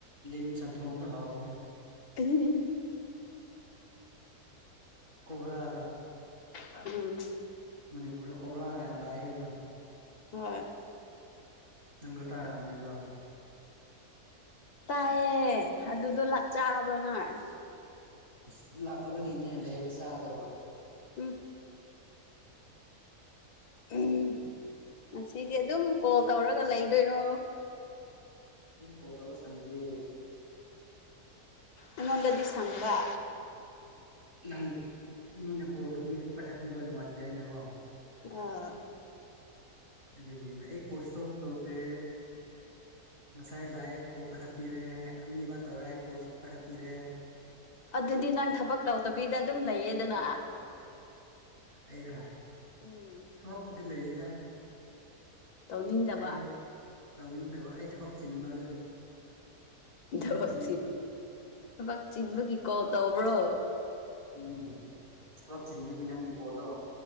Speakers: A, on the right (about 50°); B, on the left (about 80°).
A: ꯂꯤꯟ ꯆꯟꯊꯣꯡꯁꯨ ꯍꯥꯎꯕꯅꯦ
B: <unintelligible>
A: ꯀꯣꯕ꯭ꯔꯥꯗꯣ
B: ꯎꯝ
A: ꯃꯅꯤꯄꯨꯔꯗ ꯀꯣꯕꯂꯥ ꯌꯥꯝ ꯂꯥꯛꯑꯦ ꯍꯥꯏꯗꯣ
B: ꯍꯣꯏ
A: ꯅꯪꯒ ꯇꯥꯔꯝꯒꯅꯤꯒ
B: ꯇꯥꯏꯌꯦ ꯑꯗꯨꯗꯣ ꯂꯥꯛ ꯆꯥꯕ꯭ꯔꯣ ꯅꯣꯏ
A: ꯑꯁ ꯂꯥꯛꯇꯕꯒꯤꯅꯦ ꯂꯩꯔꯗꯤ ꯆꯥꯒꯗꯕ
B: ꯎꯝ ꯎꯝ ꯉꯁꯤꯗꯤ ꯑꯗꯨꯝ ꯀꯣꯜ ꯇꯧꯔꯒ ꯂꯩꯗꯣꯏꯔꯣ
A: ꯑꯩꯗꯤ ꯀꯣꯜ ꯇꯧꯔꯒ ꯁꯪꯗꯦ
B: ꯑꯩꯉꯣꯟꯗꯗꯤ ꯁꯪꯕ
A: ꯅꯪ ꯃꯤꯅ ꯀꯣꯜ ꯇꯧꯕꯤꯔꯗꯤ ꯄꯥꯏꯈꯠ ꯄꯤꯕ ꯅꯨꯡꯉꯥꯏꯇꯦ ꯍꯥꯏꯅꯀꯣ
B: ꯑꯣ
A: ꯑꯗꯨꯒꯤꯅꯤꯗ ꯑꯩ ꯀꯣꯁ ꯇꯧ ꯇꯧꯗꯦ ꯉꯁꯥꯏ ꯂꯥꯛꯑꯦ ꯀꯣꯜ ꯄꯥꯏꯈꯠ ꯄꯤꯔꯦ ꯃꯤ ꯑꯃ ꯇꯧꯔꯦ ꯀꯣꯜ ꯄꯥꯏꯈꯠ ꯄꯤꯔꯦ
B: ꯑꯗꯨꯗꯤ ꯅꯪ ꯊꯕꯛ ꯇꯧꯗꯕꯤꯗ ꯑꯗꯨꯝ ꯂꯩꯌꯦꯗꯅ
A: ꯑꯩꯔꯥ
B: ꯎꯝ
A: ꯊꯕꯛꯄꯨꯗꯤ ꯂꯩꯔꯤꯗ
B: ꯇꯧꯅꯤꯡꯗꯕ
A: ꯑꯩ ꯇꯧꯅꯤꯡꯗꯕ ꯑꯩ ꯊꯕꯛ ꯆꯤꯟꯕ ꯑꯗꯨꯒꯤ ꯊꯕꯛ
B: ꯙꯞꯇꯤ
A: ꯆꯤꯟꯕꯒꯤ
B: ꯊꯕꯛ ꯆꯤꯟꯕꯒꯤ ꯀꯣꯜ ꯇꯧꯕ꯭ꯔꯣ
A: ꯎꯝ ꯊꯕꯛ ꯆꯤꯟꯕꯒꯤ ꯅꯪꯒꯤ ꯀꯣꯜꯗꯣ